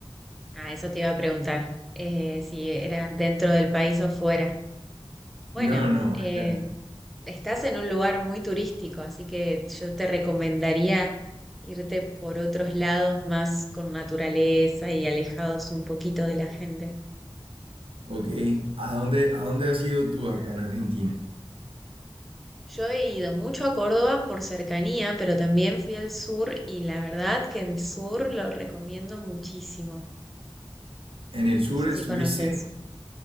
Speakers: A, in the centre; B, on the right.
A: Ah, eso te iba a preguntar, eh, si era dentro del país o fuera. Bueno,
B: No, no,
A: eh,
B: acá.
A: estás en un lugar muy turístico, así que yo te recomendaría irte por otros lados más con naturaleza y alejados un poquito de la gente.
B: Ok. ¿A dónde, a dónde has ido tú acá en Argentina?
A: Yo he ido mucho a Córdoba por cercanía, pero también fui al sur y la verdad que el sur lo recomiendo muchísimo.
B: En el sur
A: No sé
B: estuviste.
A: si conoces.